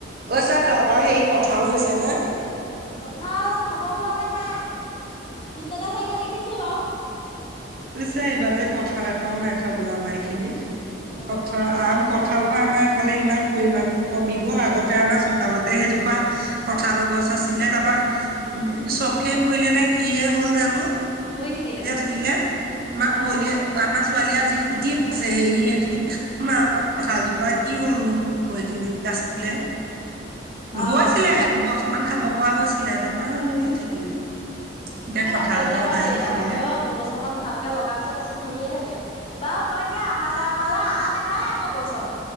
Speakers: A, on the right; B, on the left.
A: চা, তহঁতৰ হেৰি কঁঠাল হৈছেনে?
B: কঁঠাল খাব হোৱাগে নাই তিনটানে, চাৰিটা দেখিছোঁ বাৰু।
A: পিছে এইবাৰ যে কঠাল এটাও নাই খাবলে আমাৰ এইখিনিত৷
B: অ'
A: কঠাল আম কঠা আমাৰ এফালে ইমান পৰিমাণবোৰ কমি গ'ল আগতে আমাৰ চোতালতে সেইজোপা কঁঠালৰ গছ আছিলে তাৰাপা উম চকে পৰিলে নে কিয়ে হ'ল জানো
B: মৰি থাকিলে
A: থাকিলে আমাক কুঁৱলীয়ে
B: অ'।
A: আমাৰ ছোৱালীয়ে আজি সুধি আছে সেই অ মা আমাৰ কঁঠালজোপা কি হ'লনো এইখিনিত যে আছিলে হৈছিলেহে
B: অ'
A: দুবছৰ মান খাব পৰা হৈছিলেহে তাৰপৰা মৰিয়ে থাকিলে এতিয়া
B: এই কঁঠাল বিলাকৰ
A: এটাও নাই
B: হেৰি
A: অ
B: এটা
A: খাবলে।
B: থাকে অ' দুবছৰ দুবচমান ভালকে লগা পিছত তাৰপিছত মৰিয়ে থাকে বাৰু তই এতিয়া অহালে অহালে আম এদাই আকৌ গছত